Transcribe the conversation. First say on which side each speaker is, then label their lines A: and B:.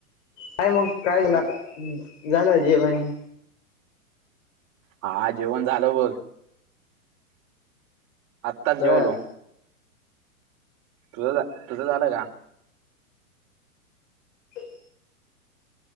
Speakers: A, on the left; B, on the right.
A: काय मग काय झा झालं जेवानी.
B: हा जेवण झालं बघ. आत्ताच
A: बर
B: जेवलो. तुझं तुझं झालं का.
A: ख.